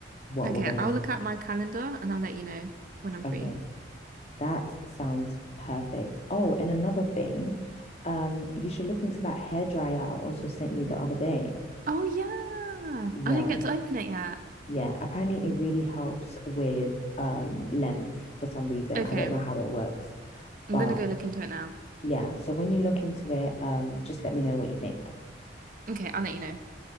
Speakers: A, on the left (about 35°); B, on the right (about 45°).
A: what
B: Okay,
A: we're gonna.
B: I'll look at my calendar and I'll let you know when I'm
A: Okay.
B: free.
A: That sounds perfect. Oh, and another thing, um, you should look into that hair dryer I also sent you the other day.
B: Oh, yeah.
A: Yeah,
B: I didn't get to open it yet.
A: yeah. Apparently it really helps with um length for some reason.
B: Okay,
A: I don't know how it works,
B: I'm
A: but
B: gonna go look into it now.
A: yeah, so when you look into it, um, just let me know what you think.
B: Okay, I'll let you know.